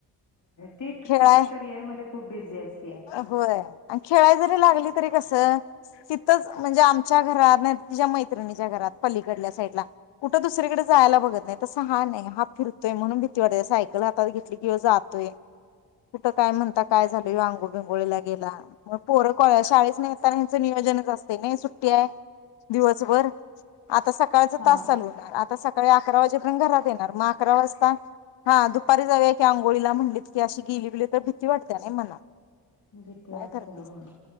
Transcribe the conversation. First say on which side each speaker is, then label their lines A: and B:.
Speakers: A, on the left; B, on the left.
A: ती
B: खेळाय
A: तिच्या करिअरमध्ये खूप बीजी असते
B: होय आणि खेळाय जरी लागली तरी कसं तिथंच म्हणजे आमच्या घरात नाही तिच्या मैत्रिणीच्या घरात पलीकडल्या साईडला कुठं दुसरीकडे जायला बघत नाही तसं हा नाही हा फिरतोय म्हणून भीती वाटया सायकल हातात घेतली की ह्यो जातोय कुठं काय म्हणता काय झालय ह्यो अंगोल आंघोळीला गेला म पोर कॉ शाळेेतन येतानाच नियोजनच असतय नाही सुट्टी आहे दिवसभर आता सकाळच
A: हा.
B: तास चालू होणार सकाळी अकरा वाजेपर्यंत घरात येणार म अकरा वाजता हा दुपारी जाऊया की अंघोळीला म्हणलीत की अशी गेली बेली तर भीती वाटते नाही मनात
A: भीती
B: काय
A: वाटत्या
B: करतेस
A: होय